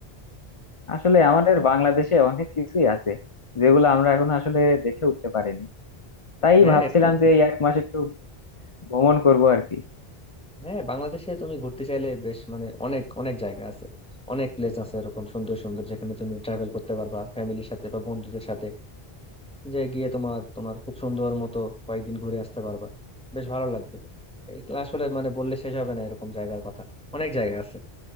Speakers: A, on the left; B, in the centre.
A: আসলে আমাদের বাংলাদেশে অনেক কিছুই আছে যেগুলো আমরা এখন আসলে দেখে উঠতে পারিনি তাই
B: হ্যাঁ
A: ভাবছিলাম
B: এরকম
A: যে এই এক মাস একটু ভ্রমণ করবো আর কি
B: হ্যাঁ বাংলাদেশে তুমি ঘুরতে চাইলে বেশ মানে অনেক অনেক জায়গা আছে অনেক প্লেস আছে এরকম সুন্দর সুন্দর যেখানে তুমি ট্রাভেল করতে পারবা ফ্যামিলির সাথে বা বন্ধুদের সাথে যে গিয়ে তোমার তোমার খুব সুন্দর মতো কয়েকদিন ঘুরে আসতে পারবা বেশ ভালো লাগবে এগুলো আসলে মানে বললে শেষ হবে না এরকম জায়গার কথা অনেক জায়গা আছে